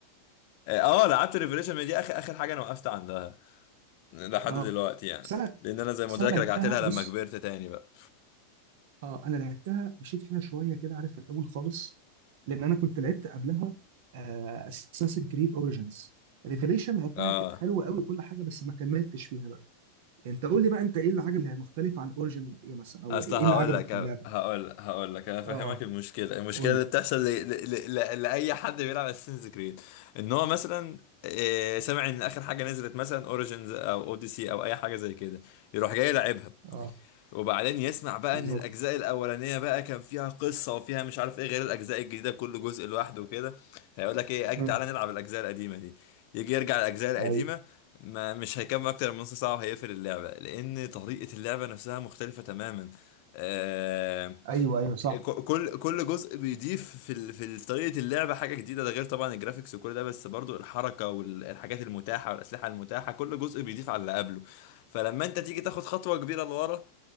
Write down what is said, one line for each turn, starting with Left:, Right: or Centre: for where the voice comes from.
Left: <laughs> اه لعبت ريفريشن ما دي اخر اخر حاجة انا وقفت عندها لحد
Right: اه
Left: دلوقتي يعني
Right: بس انا
Left: لان انا زي
Right: بس
Left: ما قلت
Right: انا
Left: لك
Right: لعبتها
Left: رجعت لها
Right: بص
Left: لما كبرت تاني بقى
Right: اه انا لعبتها مشيت فيها شويه كده عارف في الاول خالص لان انا كنت لعبت قبلها اساسن كريد اوريجينز ريفيليشن لعبتها
Left: اه
Right: كانت حلوه قوي كل حاجه بس ما كملتش فيها بقى يعني انت قول لي بقى انت ايه اللي عجبك فيها مختلف عن اوريجينز ايه مثلا او
Left: اصل
Right: ايه
Left: هقول
Right: اللي عجبك
Left: لك
Right: في اللعبه
Left: هقول هقول لك انا فاهمك
Right: اه
Left: المشكله المشكله
Right: قول
Left: اللي
Right: لي
Left: بتحصل ل... ل... ل... لاي حد بيلعب اساسنز كريد ان هو مثلا إيه، سامع ان اخر حاجه نزلت مثلا اوريجينز او اوديسي او اي حاجه زي كده يروح جاي يلعبها
Right: اه
Left: وبعدين يسمع بقى
Right: بالظبط
Left: ان الاجزاء الاولانيه بقى كان فيها قصه وفيها مش عارف ايه غير الاجزاء الجديده كل جزء لوحده وكده فيقول لك ايه اجي
Right: مم.
Left: تعالى نلعب الاجزاء القديمه دي يجي يرجع الاجزاء القديمه
Right: ايوه
Left: ما مش هيكمل اكتر من نص ساعه وهيقفل اللعبه لان طريقه اللعبه نفسها مختلفه تماما آه
Right: ايوه ايوه صح
Left: ك- كل كل جزء بيضيف في ال- في ال- طريقه اللعبه حاجه جديده ده غير طبعا الجرافيكس وكل ده بس برضو الحركه والحاجات المتاحه والاسلحه المتاحه كل جزء بيضيف على اللي قبله فلما انت تيجي تاخد خطوه كبيره لورا